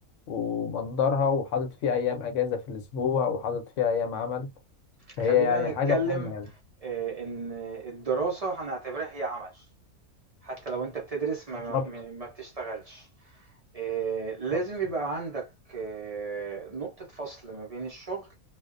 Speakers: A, on the left; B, on the right.
A: ومقدرها وحاطط فيه ايام اجازه في الاسبوع وحاطط فيها ايام عمل فهي
B: خلّينا
A: يعني حاجه
B: نتكلم
A: مهمه يعني
B: آآ إن الدراسة هنعتبرها هي عمل، حتى لو أنت بتدرس ما
A: بالظبط
B: ما ما ما بتشتغلش، آآ لازم
A: بالظبط.
B: يبقى عندك آه، نقطة فصل ما بين الشغل